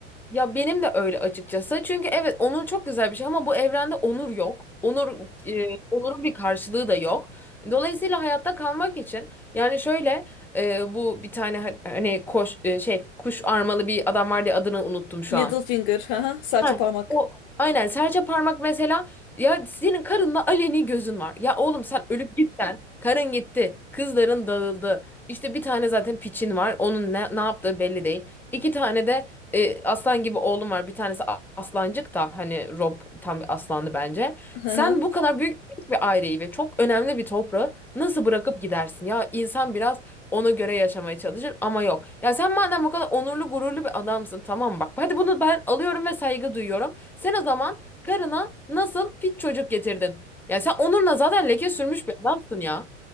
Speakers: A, in the centre; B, on the left (about 40°).
A: Ya benim de öyle açıkçası. Çünkü evet onur çok güzel bir şey ama bu evrende onur yok. Onur e, onurun bir karşılığı da yok. Dolayısıyla hayatta kalmak için yani şöyle e, bu bir tane ha- hani koş e, şey kuş armalı bir adam vardı ya, adını unuttum şu
B: Littlefinger,
A: an.
B: <laughs> hı hı, serçe
A: Ha,
B: parmak.
A: o aynen serçe parmak mesela ya senin karınla aleni gözün var. Ya oğlum sen ölüp gitsen karın gitti. Kızların dağıldı. İşte bir tane zaten piçin var. Onun ne, ne yaptığı belli değil. İki tane de e, aslan gibi oğlum var. Bir tanesi a- aslancık da hani Rob tam bir aslandı bence.
B: <laughs>
A: Sen bu kadar büyük bir aileyi ve çok önemli bir toprağı nasıl bırakıp gidersin? Ya insan biraz ona göre yaşamaya çalışır ama yok. Ya sen madem bu kadar onurlu gururlu bir adamsın tamam bak. Hadi bunu ben alıyorum ve saygı duyuyorum. Sen o zaman karına nasıl pit çocuk getirdin? Ya sen onuruna zaten leke sürmüş bir adamsın ya.